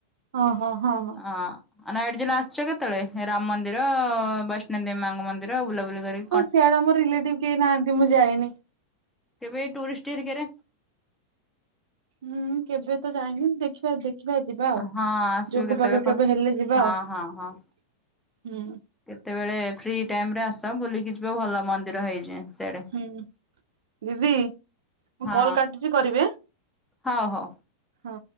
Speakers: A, on the right; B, in the centre.
A: ହଁ ହଁ ହଁ ହଁ।
B: ହଁ ନୟାଗଡ଼ ଜିଲା ଆସିଛ କେତେବେଳେ ରାମ ମନ୍ଦିର ବୈଷ୍ଣ ଦେବୀ ମାଙ୍କ ମନ୍ଦିର। ର ବୁଲାବୁଲି କରି
A: ସେଆଡ଼େ ଆମ ରିଲେଟିଭ କେହି ନାହାନ୍ତି ମୁଁ ଯାଏନି।
B: କେବେ ଏଇ ଟୁରିଷ୍ଟ ହେରୀକାରେ
A: ହୁଁ କେବେ ତ ଯାଇନି ଦେଖିବା ଦେଖ ଖିବା ଯିବା ଆଉ
B: ହଁ ଆସିବ
A: ଯୋଗ
B: କେତେବେଳେ
A: ବାଗ
B: ଫ
A: କେବେ ହେଲେ ଯିବା
B: ହଁ
A: ଆଉ ହୁଁ।
B: ହଁ ହଁ କେତେବେଳେ ଫ୍ରି ଟାଇମ୍ ରେ ଆସ ବୁଲିକି ଯିବ ଭଲ ମନ୍ଦିର ହେଇଛି। ସିଆଡେ।
A: ହୁଁ ଦିଦି ମୁଁ
B: ହଁ
A: କଲ କାଟୁ ଛି କରିବି ଆଁ।
B: ହଉ ହଉ।
A: ହଁ।